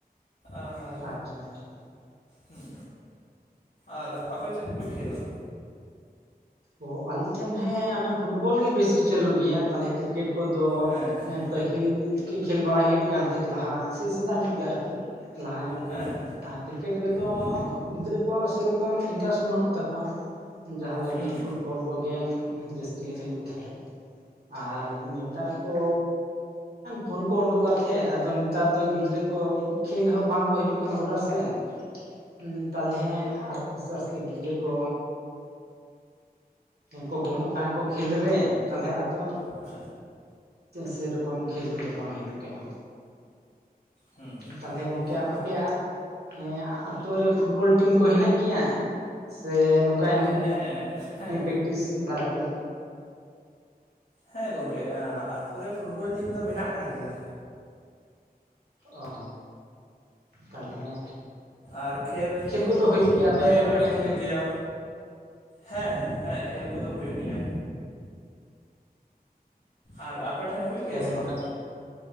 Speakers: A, on the left; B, on the right.
A: ᱟᱨ
B: ᱟᱪᱪᱷᱟ ᱟᱪᱪᱷᱟ
A: ᱦᱮᱸ ᱟᱨ ᱟᱯᱮ ᱪᱮᱫ ᱠᱚᱯᱮ ᱠᱷᱮᱞᱟ
B: ᱚ ᱟᱞᱮ ᱴᱷᱮᱱ ᱦᱮᱸ ᱚᱱᱟ ᱯᱷᱩᱴᱵᱚᱞ ᱜᱮ ᱵᱮᱥᱤ ᱪᱟᱹᱞᱩ ᱜᱮᱭᱟ ᱛᱟᱦᱚᱞᱮ ᱠᱨᱤᱠᱮᱴ ᱠᱚᱫᱚ
A: ᱦᱮᱸ ᱦᱮᱸ
B: ᱯᱟᱹᱦᱤᱞ ᱠᱷᱮᱞ ᱵᱟᱲᱟᱭ ᱦᱩᱭᱩᱜ ᱠᱟᱱ ᱛᱟᱦᱮᱸᱫ ᱞᱟᱦᱟ ᱥᱮ ᱥᱮᱫᱟᱭ ᱧᱚᱜ ᱜᱮ ᱟᱨᱠᱤ ᱞᱟᱦᱟ ᱧᱚᱜ ᱜᱮ
A: ᱦᱮᱸ
B: ᱟᱨ ᱠᱨᱤᱠᱮᱴ ᱨᱮᱫᱚ
A: ᱦᱩᱸ
B: ᱜᱤᱫᱽᱨᱟᱹ ᱠᱚᱣᱟᱜ ᱥᱮᱨᱚᱠᱚᱢ ᱤᱱᱴᱟᱨᱮᱥᱴ ᱵᱟᱹᱱᱩᱜ ᱛᱟᱠᱚᱣᱟ ᱡᱟᱦᱟᱸ ᱞᱟᱹᱜᱤᱫ
A: ᱦᱩᱸ
B: ᱯᱷᱩᱴᱵᱚᱞ ᱠᱚᱜᱮ ᱡᱟᱹᱥᱛᱤ ᱞᱮ ᱠᱷᱮᱞᱳᱜ ᱛᱟᱦᱮᱸᱫ ᱟᱨ ᱱᱮᱛᱟᱨ ᱠᱚ ᱯᱷᱳᱱ ᱠᱚ ᱩᱰᱩᱠ ᱠᱟᱛᱮᱮᱫ ᱟᱫᱚ ᱱᱮᱛᱟᱨ ᱫᱚ ᱜᱤᱫᱽᱨᱟᱹ ᱠᱚ ᱠᱷᱮᱞ ᱦᱚᱸ ᱵᱟᱝᱠᱚ ᱦᱤᱡᱩᱜ ᱠᱟᱱᱟ ᱜᱚᱴᱟ ᱥᱮᱱ ᱩ ᱛᱟᱞᱦᱮ ᱟᱥᱛᱮ ᱟᱥᱛᱮ ᱜᱤᱫᱽᱨᱟᱹ ᱠᱚ ᱠᱚ ᱠᱚᱢᱚᱜ ᱠᱟᱱᱟ ᱠᱚ ᱠᱷᱮᱞ ᱨᱮ ᱛᱟᱞᱦᱮ ᱟᱫᱚ
A: ᱦᱩᱸ
B: ᱥᱮᱨᱚᱠᱚᱢ ᱠᱷᱮᱞ ᱠᱚᱫᱚ ᱵᱟᱝ ᱦᱩᱭᱩᱜ ᱠᱟᱱᱟ
A: ᱦᱩᱸ
B: ᱛᱟᱦᱚᱞᱮ ᱜᱚᱢᱠᱮ
A: ᱟᱹᱰᱤ ᱱᱟᱯᱟᱭ
B: ᱟᱯᱮᱭᱟᱜ ᱦᱮᱸ ᱟᱛᱩᱨ ᱨᱮ ᱯᱷᱩᱴᱵᱚᱞ ᱴᱤᱢ ᱠᱚ ᱦᱮᱱᱟᱜ ᱜᱮᱭᱟ ᱥᱮ ᱱᱚᱝᱠᱟ ᱮᱢᱤ
A: ᱦᱮᱸ ᱦᱮᱸ
B: ᱩᱱᱤ ᱯᱮᱠᱴᱤᱥ ᱵᱟᱨᱮᱛᱮᱼᱼ
A: ᱦᱮᱸ ᱜᱚᱢᱠᱮ ᱟᱛᱩᱨ ᱨᱮ ᱯᱷᱩᱴᱵᱚᱞ ᱴᱤᱢ ᱫᱚ ᱢᱮᱱᱟᱜ ᱟᱠᱟᱫ ᱜᱮᱭᱟ
B: ᱚ ᱛᱟᱦᱚᱞᱮ
A: ᱟᱨ ᱠᱷᱮᱞ
B: ᱠᱚᱫᱚ ᱦᱩᱭᱩᱜ ᱜᱮᱭᱟ ᱟᱯᱮ
A: ᱠᱷᱮᱞ
B: ᱟᱯᱮ
A: ᱦᱚᱸᱞᱮ
B: ᱴᱷᱮᱱ
A: ᱠᱷᱮᱞ ᱜᱮᱭᱟ ᱦᱮᱸ ᱦᱮᱸ ᱦᱮᱸ ᱠᱷᱮᱞ ᱠᱚᱫᱚ ᱦᱩᱭᱩᱜ ᱜᱮᱭᱟ ᱟᱨ ᱟᱯᱮ ᱴᱷᱮᱱ ᱦᱩᱭᱩᱜ
B: ᱦᱮᱸ
A: ᱜᱮᱭᱟ ᱥᱮ ᱵᱟᱝ
B: ᱛᱟ